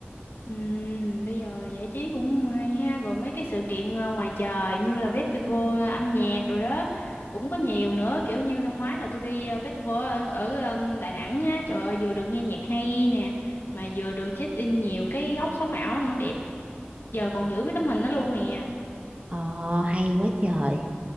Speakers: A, on the left; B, on the right.
A: Ừm, bây giờ giải trí cũng hay ha rồi mấy cái sự kiện ờ, ngoài trời như là festival ờ, âm nhạc rồi đó cũng có nhiều nữa kiểu như năm ngoái là tôi đi ờ, festival ở, ở ờm, Đà Nẵng á trời ơi vừa được nghe nhạc hay nè mà vừa được check in nhiều cái góc sống ảo nữa đẹp giờ còn giữ mấy tấm hình đó luôn nè
B: ờ hay quá trời